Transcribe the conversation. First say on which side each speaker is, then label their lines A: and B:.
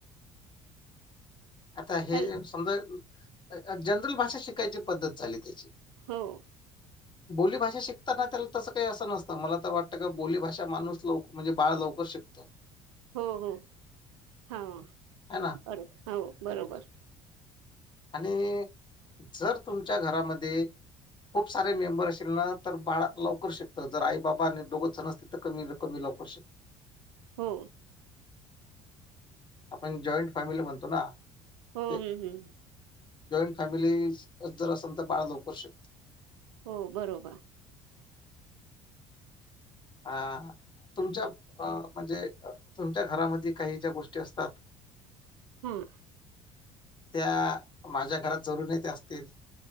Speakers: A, on the left; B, on the right.
A: आता हे
B: हॅल
A: समजा जनरल भाषा शिकायची पद्धत झाली त्याची
B: हो
A: <unintelligible> बोलीभाषा शिकताना त्याला तसं काही असं नसतं मला तर वाटतं का बोलीभाषा माणूस लवकर म्हणजे बाळ लवकर शिकत तर
B: हो हो हा
A: आहे ना?
B: बरोब हो बरोबर.
A: आणि जर तुमच्या घरामध्ये खूप सारे मेंबर असेल ना तर बाळा लवकर शिकत जर आई बाबा आणि दोघच जण असतील तर कमी कमी लवकर शक.
B: हो.
A: आपण जॉईंट फॅमिली म्हणतो ना.
B: हम्
A: ते
B: हम हम्.
A: जॉईंट फॅमिली जर असेल तर बाळ लवकरच शिकत.
B: हो बरोबर.
A: ह तुमच्या अ म्हणजे तुमच्या घरामध्ये काही ज्या गोष्टी असतात.
B: हम्!
A: त्या माझ्या घरात जरुर येत असतील.